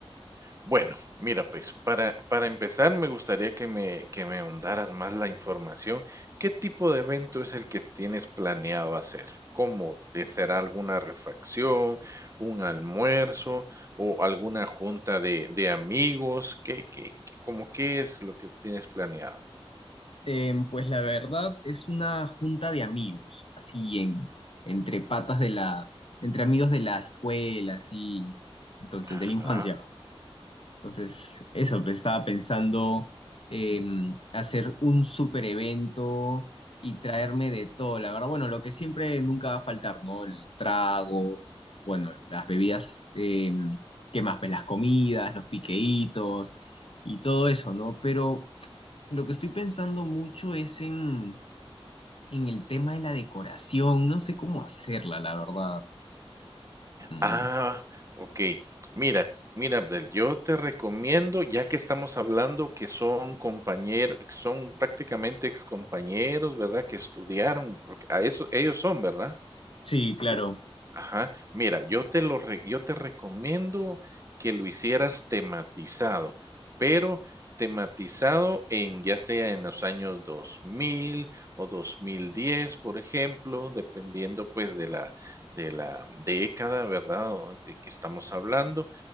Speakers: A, on the right; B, on the left.
A: Bueno, mira, pues para, para empezar me gustaría que me, que me ahondaras más la información. ¿Qué tipo de evento es el que tienes planeado hacer? ¿Cómo? ¿Te será alguna refacción, un almuerzo o alguna junta de, de amigos? ¿Qué, qué, qué, cómo qué es lo que tienes planeado?
B: Em, pues la verdad es una junta de amigos, así en, entre patas de la, entre amigos de la escuela, así, entonces, de
A: Ajá.
B: la infancia. Entonces, eso, pues, estaba pensando em, hacer un super evento y traerme de todo, la verdad, bueno, lo que siempre nunca va a faltar, ¿no? El trago, bueno, las bebidas, em, ¿qué más? Pues las comidas, los piqueitos y todo eso, ¿no? Pero lo que estoy pensando mucho es en, en el tema de la decoración. No sé cómo hacerla, la verdad. Mm,
A: Ah, okey. Mira mira, Abdel, yo te recomiendo, ya que estamos hablando que son compañeros, son prácticamente excompañeros, ¿verdad? Que estudiaron, porque a eso ellos son, ¿verdad?
B: Sí, claro.
A: Ajá. Mira, yo te lo re yo te recomiendo que lo hicieras tematizado, pero tematizado en, ya sea en los años 2000 o 2010, por ejemplo, dependiendo, pues, de la de la década, ¿verdad?, o de que estamos hablando.